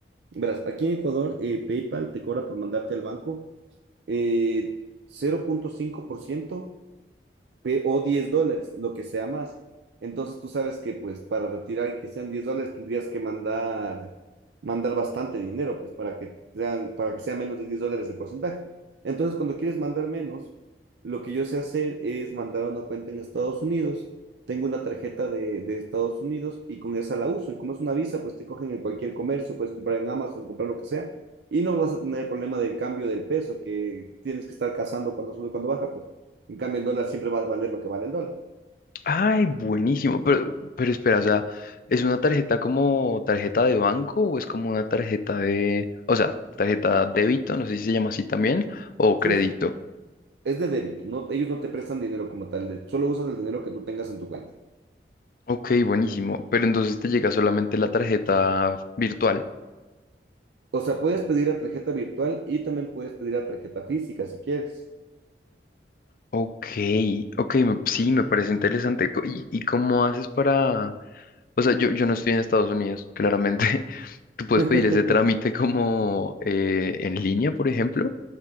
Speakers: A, on the right; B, on the left.
A: Verás, aquí en Ecuador, eh, PayPal te cobra por mandarte al banco eh, cero punto cinco por ciento o 10 dólares, lo que sea más. Entonces tú sabes que pues para retirar y que sean 10 dólares tendrías que mandar, mandar bastante dinero, pues para que, sean, para que sea menos de 10 dólares el porcentaje. Entonces cuando quieres mandar menos, lo que yo sé hacer es mandar a una cuenta en Estados Unidos. Tengo una tarjeta de, de Estados Unidos y con esa la uso. Y como es una visa, pues te cogen en cualquier comercio, puedes comprar en Amazon, comprar lo que sea. Y no vas a tener el problema del cambio del peso, que tienes que estar cazando cuando sube, cuando baja, pues en cambio, el dólar siempre va a valer lo que vale el dólar.
B: Ay, buenísimo. Pero, pero espera, o sea, ¿es una tarjeta como tarjeta de banco o es como una tarjeta de, o sea, tarjeta débito, no sé si se llama así también, o
A: Sí,
B: crédito?
A: sí. Es de débito. No, ellos no te prestan dinero como tal. de- Solo usas el dinero que tú tengas en tu cuenta.
B: Ok, buenísimo. Pero entonces te llega solamente la tarjeta virtual.
A: O sea, puedes pedir a tarjeta virtual y también puedes pedir a tarjeta física si quieres.
B: Ok, ok, me- sí, me parece interesante. Co- ¿Y, y cómo haces para...? O sea, yo, yo no estoy en Estados Unidos, claramente. <laughs> ¿Tú
A: <laughs>
B: puedes pedir ese trámite como eh, en línea, por ejemplo?